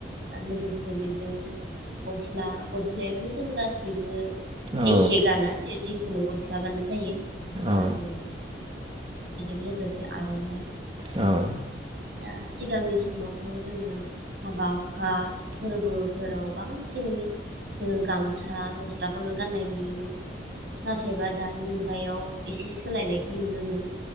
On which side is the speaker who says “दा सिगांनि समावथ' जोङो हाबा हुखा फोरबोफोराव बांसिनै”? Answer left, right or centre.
Right